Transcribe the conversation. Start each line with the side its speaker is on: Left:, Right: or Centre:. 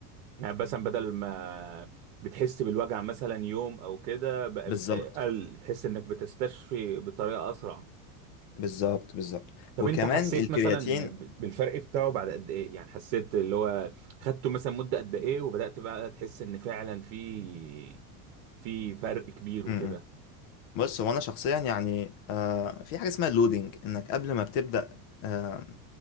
Right: يعني مثلا بدل ما بتحس بالوجع مثلا يوم او كده بقى
Left: بالظبط
Right: بتح- قل بتحس انك بتستشفي بطريقه اسرع
Left: بالظبط بالظبط
Right: طب
Left: وكمان
Right: انت حسيت
Left: الكرياتين
Right: مثلا ب- بالفرق بتاعه بعد قد ايه يعني حسيت اللي هو خدته مثلا مده قد ايه وبدات بقى تحس ان فعلا في في فرق كبير
Left: م-
Right: وكده
Left: م. بص هو انا شخصيا يعني آه في حاجه اسمها اللودنج انك قبل ما بتبدا آه